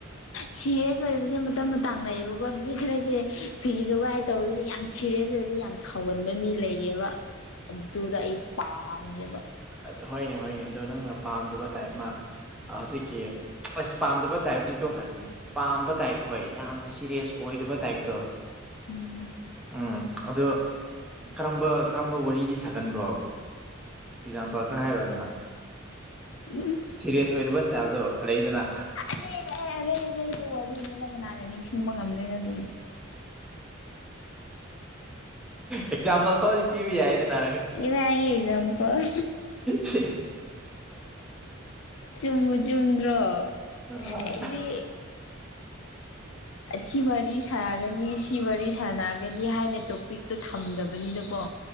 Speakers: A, on the left (about 70°); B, in the centre.
A: ꯁꯤꯔꯤꯌꯁ ꯑꯣꯏꯕꯁꯦ ꯃꯇꯝ ꯃꯇꯥꯡ ꯂꯩꯌꯦꯕꯀꯣ ꯃꯤ ꯈꯔꯁꯦ ꯐꯤꯒꯤ ꯖꯨꯒꯥꯏ ꯇꯧꯔꯁꯨ ꯌꯥꯝ ꯁꯤꯔꯤꯁ ꯑꯣꯏꯔꯒ ꯌꯥꯝ ꯁꯥꯎꯒꯟꯕ ꯃꯤ ꯂꯩꯌꯦꯕ ꯑꯗꯨꯗ ꯑꯩ ꯄꯥꯝꯗꯦꯕ
B: ꯑꯗꯨ ꯍꯣꯏꯅꯦ ꯍꯣꯏꯅꯦ ꯑꯗꯣ ꯅꯪꯅ ꯄꯥꯝꯗꯕ ꯇꯥꯏꯞ ꯑꯃ ꯍꯧꯖꯤꯛꯀꯤ ꯑꯁ ꯄꯥꯝꯗꯕ ꯇꯥꯏꯞꯇꯤ ꯇꯣꯛꯈ꯭ꯔꯁꯤꯅꯦ ꯄꯥꯝꯕ ꯇꯥꯏꯞ ꯍꯣꯏ ꯌꯥꯝꯅ ꯁꯤꯔꯤꯌꯁ ꯑꯣꯏꯗꯕ ꯇꯥꯏꯞꯇꯣ
A: ꯎꯝ
B: ꯎꯝ ꯑꯗꯨ ꯀꯔꯝꯕ ꯀꯔꯝꯕ ꯋꯥꯔꯤꯗꯤ ꯁꯥꯒꯟꯕ꯭ꯔꯣꯕ ꯑꯦꯛꯖꯥꯝꯄꯜ ꯈꯔ ꯍꯥꯏꯔꯣꯗꯅ
A: ꯎꯝ
B: ꯁꯦꯔꯤꯌꯁ ꯑꯣꯏꯗꯕ ꯏꯁꯇꯥꯏꯜꯗꯣ ꯂꯩꯗꯅ
A: <unintelligible> <unintelligible> <unintelligible> ꯋꯥꯔꯤꯅꯤꯅꯤꯅ ꯀꯅꯥꯅ ꯅꯤꯡꯁꯤꯡꯕ ꯉꯝꯗꯣꯏꯅꯣ ꯑꯗꯨꯕꯨꯗꯤ
B: ꯑꯦꯛꯖꯥꯝꯄꯜ ꯐꯥꯎꯗꯤ ꯄꯤꯕꯥ ꯌꯥꯏꯗꯅꯥ
A: ꯀꯗꯥꯢꯗꯒꯤ ꯑꯦꯛꯖꯥꯝꯄꯥꯜ
B: ꯁꯤ
A: ꯆꯨꯝꯕꯨ ꯆꯨꯝꯗ꯭ꯔꯣ
B: ꯑꯥ
A: ꯑꯩꯗꯤ ꯑꯁꯤ ꯋꯥꯔꯤ ꯁꯥꯥꯟꯒꯅꯤ ꯁꯤ ꯋꯥꯔꯤ ꯁꯥꯟꯅꯒꯅꯤ ꯍꯥꯏꯅ ꯇꯣꯄꯤꯛꯇꯣ ꯊꯝꯗꯕꯅꯤꯅꯀꯣ